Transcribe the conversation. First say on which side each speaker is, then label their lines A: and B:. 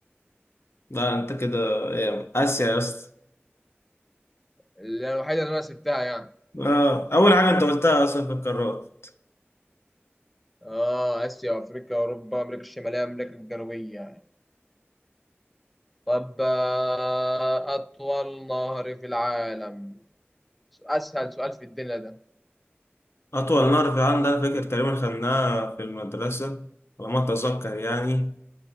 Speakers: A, on the left; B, in the centre.
A: لا انت كده إيه، آسيا يا اسطى
B: اللي الوحيده اللي انا سبتها يعني
A: آه، أول حاجة أنت قلتها أصلا في القارات
B: اه اسيا وافريقيا اوروبا امريكا الشماليه امريكا الجنوبيه يعني. طب آه، اطول نهر في العالم اسهل سؤال في الدنيا ده
A: أطول نهر في العالم ده أنا فاكر تقريبا خدناها في المدرسة على ما أتذكر يعني